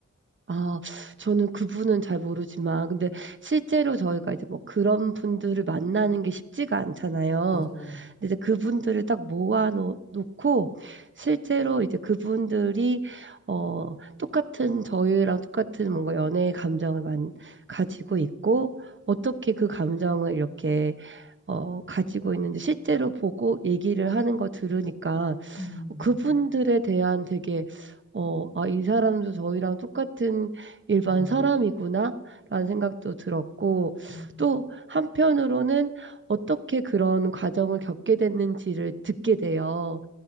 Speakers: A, on the right; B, on the left.
A: 아, 저는 그분은 잘 모르지만, 근데 실제로 저희가 이제 뭐 그런 분들을 만나는 게 쉽지가 않잖아요.
B: 맞아.
A: 근데 이제 그분들을 딱 모아놓고, 실제로 이제 그분들이, 어, 똑같은, 저희랑 똑같은 뭔가 연애의 감정을 만, 가지고 있고, 어떻게 그 감정을 이렇게, 어, 가지고 있는지 실제로 보고 얘기를 하는 거 들으니까,
B: 음,
A: 어, 그분들에 대한 되게 어, 아, 이 사람도 저희랑 똑같은 일반
B: 음,
A: 사람이구나 라는 생각도 들었고
B: 음,
A: 또 한편으로는 어떻게 그런 과정을 겪게 됐는지를 듣게 돼요.